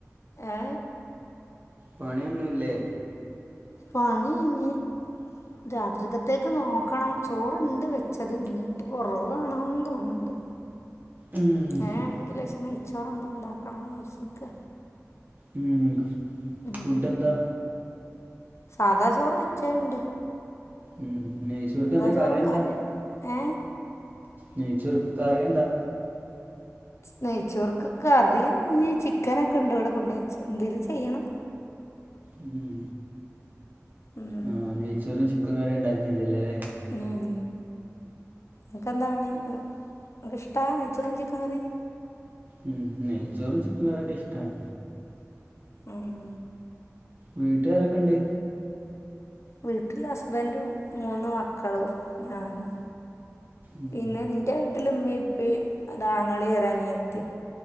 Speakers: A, on the left; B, on the right.
A: ഏ
B: പണിയൊന്നൂല്ലേ?
A: പണി ഞ്ഞ് രാത്രി കത്തേക്ക് നോക്കണം. ചോറ്ണ്ട് വെച്ചത്. ഞ്ഞി പ്പം കൊറവാണോൻ തോന്ന്ണ്ട്.
B: ഉം
A: അങ്ങനേണെങ്കി ലേശം നൈ ചോറന്തോ ണ്ടാക്കണം യാര്ച്ചിക്കാ.
B: ഉം
A: ഉം
B: ഫുഡ്ഡെന്താ?
A: സാധാചോറ് വെച്ചേണ്ട്.
B: ഉം. നെയ്ചൊർക്കെന്താ
A: ചോറും
B: കറിന്താ?
A: കറിയും ഏ
B: നെയ്ച്ചോർക്ക് കറിയെന്താ?
A: നെയ്ച്ചോർക്ക് കറി ഞ്ഞ് ചിക്കനൊക്കെ ണ്ട് വടെ കൊണ്ട് വെച്ചെ. എന്തേലും ചെയ്യണം.
B: ഉം
A: ഉം
B: ആഹ് നെയ്ച്ചോറും ചിക്കകറിം ണ്ടാക്കിയാതില്ലോ ല്ലേ?
A: ഉം. അൻക്കെന്താ പണി. ങ്ങക്ക് ഇഷ്ടാ നെയ്ച്ചോറും ചിക്കകറിം.
B: ഉം. നെയ്ച്ചോറും ചിക്കകറിയൊക്കെ ഇഷ്ടാണ്.
A: ആഹ്
B: വീട്ട് ആരൊക്കെണ്ട്?
A: വീട്ടില് ഹസ്ബൻൻ്റും. മൂന്ന് മക്കളും, ഞാനും.
B: ഉം
A: പിന്നെ ൻ്റെ വീട്ട്‌ല് മ്മിം, പ്പിം ഒരാങ്ങളീം, ഒരനിയത്തീം